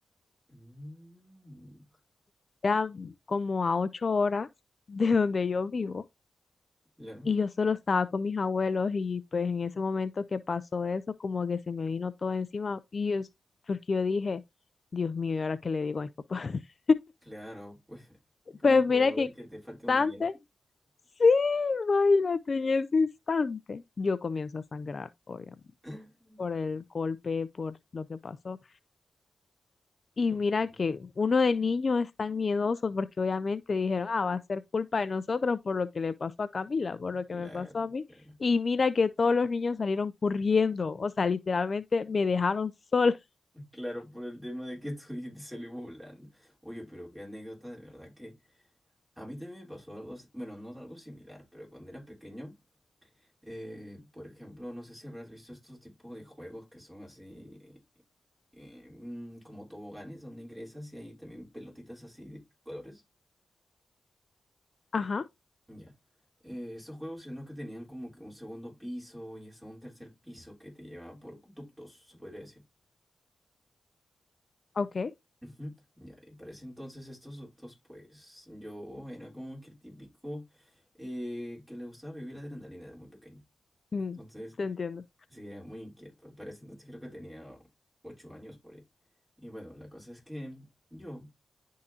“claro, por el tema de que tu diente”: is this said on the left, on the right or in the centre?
Right